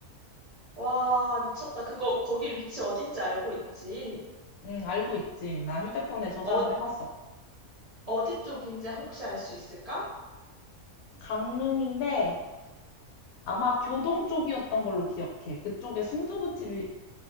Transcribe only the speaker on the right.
와, 미쳤다. 그거 거기 위치 어딘지 알고 있지?
어,
어디 쪽인지 혹시 알 수 있을까?